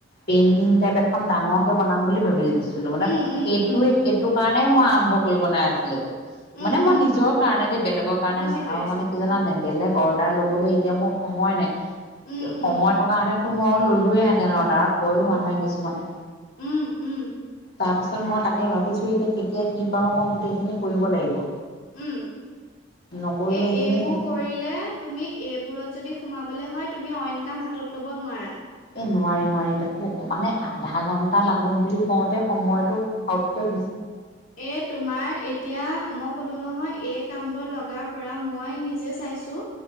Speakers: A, on the left; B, on the left.
A: পেইণ্টিং টাইপ এখন ডাঙৰকে বনাম বুলি ভাবিছোঁ ছিলো মানে
B: উম উম
A: সেইটো
B: উম উম
A: সেইটো কাৰণেই মই আৰম্ভ কৰিব বনাই আছিলো
B: উম
A: মানে মই
B: উম
A: নিজৰ কাৰণে দেই বেলেগৰ কাৰণে
B: বুজি
A: নহয়
B: পাইছো
A: আৰু মানে কি জানান
B: অ
A: নে বেলেগ অৰ্ লবলৈ এতিয়া মোৰ সময় নাই
B: উম
A: সময়
B: উম
A: থকাহেতেনতো মই ললোয়ে হেতেন তাৰ কয়ো
B: অ
A: মানুহে কিছুমানে
B: উম উম
A: তাৰপিছত মই তাকে ভাবিছোঁ এতিয়া কেতিয়া কি পাৰোঁ মই গোটেইখিনি কৰিব লাগিব
B: উম
A: নকৰিলে
B: এ
A: এইখিনি
B: এইবোৰ কৰিলে তুমি এইবোৰত যদি সোমাব সোমাবলৈ হয় তুমি অন্য কাম কৰিব নোৱাৰা
A: এই নোৱাৰি নোৱাৰি তাকো মানে আধা ঘন্টা লাগো বুলি কওঁতে সময়তটো হাউতকে
B: এ তোমাৰ এতিয়া মোক কলো নহয় এই কাম বোৰ লগাৰ পৰা মই নিজে চাইছো